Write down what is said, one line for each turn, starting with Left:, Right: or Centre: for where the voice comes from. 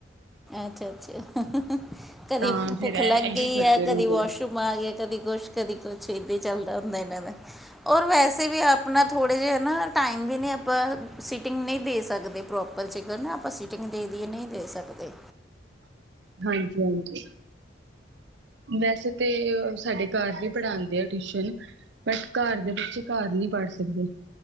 Centre: ਅੱਛਾ -ਅੱਛਾ ਕਦੀ
Right: ਤਾਂ
Centre: ਭੁੱਖ
Right: ਫੇਰ
Centre: ਲੱਗ
Right: ਇਹੀ
Centre: ਗਈ
Right: ਕਰਦੇ
Centre: ਐ, ਕਦੀ
Right: ਰਹਿੰਦੇ
Centre: ਵਾਸ਼ਰੂਮ ਮ ਆ ਗਿਆ, ਕਦੀ ਕੁਛ ਕਦੀ ਕੁਛ ਏਦਾਂ ਹੀ ਚੱਲਦਾ ਹੁੰਦਾ ਇਹਨਾਂ ਦਾ। ਔਰ ਵੈਸੇ ਵੀ ਆਪਣਾ ਥੋੜ੍ਹੇ ਜਿਹੇ ਨਾ ਟਾਈਮ ਵੀ ਨਹੀਂ ਆਪਾਂ ਸੀਟਿੰਗ ਨਹੀਂ ਦੇ ਸਕਦੇ। ਪ੍ਰੋਪਰ ਚਿਗਰ ਨਾ ਆਪਾਂ ਸੀਟਿੰਗ ਦੇ ਦੀਏ, ਨਹੀਂ ਦੇ ਸਕਦੇ।
Right: ਹਾਂਜੀ- ਹਾਂਜੀ। ਵੈਸੇ ਤੇ ਸਾਡੇ ਘਰ ਵੀ ਪੜ੍ਹਾਂਦੇ ਆ ਟਿਊਸ਼ਨ। ਬਟ ਘਰ ਦੇ ਬੱਚੇ, ਘਰ ਨਹੀਂ ਪੜ੍ਹ ਸਕਦੇ।